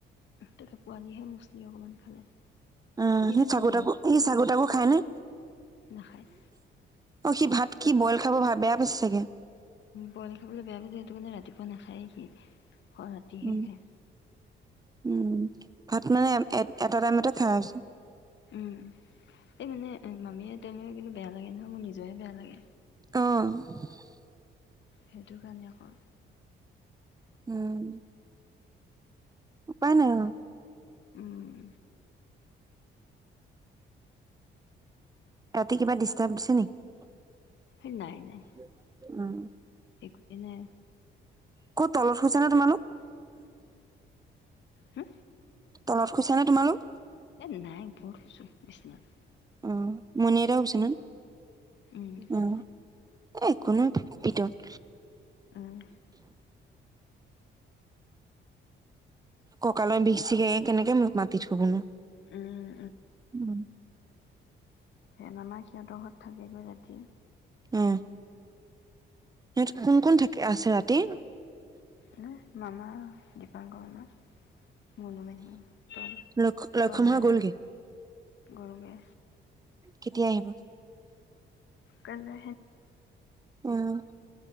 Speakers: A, on the left; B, on the right.
A: তে পোৱালিয়েহ মুছ সি অকমান খালে সি
B: অ
A: মানে
B: চাগু
A: সেই বইল
B: তাগু
A: ভাতটোও
B: ই চাগু
A: খাব
B: তাগু খাই নে
A: নাখায়।
B: অ', সি ভাত কি বইল খাব ভা বেয়া পাইছে চাগে।
A: ব'ইল খাবলৈ বেয়া পাইছে সেইটো মানে ৰাতিপুৱা নাখায় সি। হয় ৰাতি শে
B: উম
A: খে
B: উম। ভাত মানে এ এটা টাইমতে খাৰা হৈছে
A: উম, এই মানে মামীয়ে তেনেকে কিন্তু বেয়া লাগে নহয় মোৰ নিজয়ে বেয়া লাগে।
B: অ'।
A: সেইটো কাৰণে আকৌ।
B: উম। উপায় নাই অ'।
A: উম।
B: ৰাতি কিবা ডিষ্টাৰ্ব দিছে নেকি?
A: সেই নাই নাই
B: উম।
A: একোৱেই নাই।
B: ক'ত তলত শুইছা নে তোমালোক?
A: হু
B: তলত শুইছা নে তোমালোক?
A: এ নাই, ওপৰত শুইছোঁ বিছনাত।
B: অ' মণি আইতাও বিছনাত?
A: বিচনাত
B: ও, একো নাই <unintelligible>
A: উম
B: কঁকালৰ বিষ চিষ কেনেকে মোক মাতিত শুবনো?
A: উম,
B: উম।
A: সেয়া মামা সিহঁতৰ ঘৰত থাকেগৈ ৰাতি।
B: উম সিহঁত কোন কোন থাক- আছে ৰাতি?
A: ন মামা, দীপাংকৰ মামা। মুনু মাহী, তন-তনয়া
B: লক্ষ লক্ষ্মণ হৈ গ'লগে
A: গ'ল গে।
B: কেতিয়া আহিব?
A: কাইলে
B: অ',